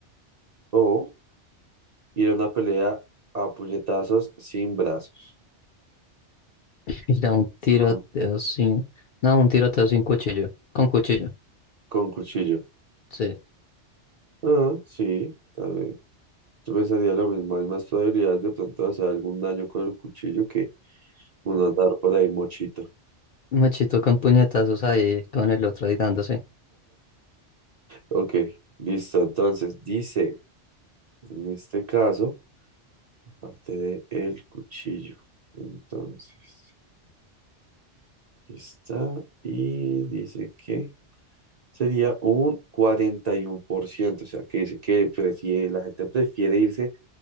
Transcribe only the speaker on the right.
o ir a una pelea a puñetazos sin brazos.
Con,
con cuchillo.
Ah, sí, también Yo pensaría lo mismo, hay más probabilidades de pronto hacer algún daño con el cuchillo que uno andar por ahí mochito.
Ok, listo. Entonces, dice, en este caso, aparte del cuchillo. Entonces, aquí está. Y dice que sería un cuarenta y uno por ciento, O sea, que dice que prefiere, la gente prefiere irse